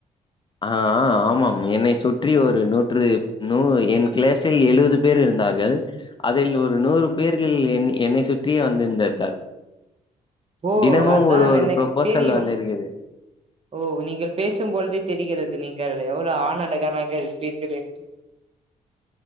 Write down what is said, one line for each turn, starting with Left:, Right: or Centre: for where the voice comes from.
Left: ஆ ஆ ஆமாம் என்னை சுற்றி ஒரு நூற்று நூ என் க்ளாஸில் எழுவது பேர் இருந்தார்கள் அதில் ஒரு நூறு பேர்களில் என் என்னை சுற்றியே வந்திருந்தார்கள்
Right: ஓ
Left: தினமும்
Right: அதான்
Left: ஒரு ஒரு
Right: எனக்கு
Left: ப்ரொபோசல்
Right: தெரியும்
Left: வந்திருக்குது
Right: ஓ நீங்கள் பேசும்பொழுது தெரிகிறது நீங்கள் எவ்ளோ ஆண் அழகனாக இருப்பீர்கள் என்று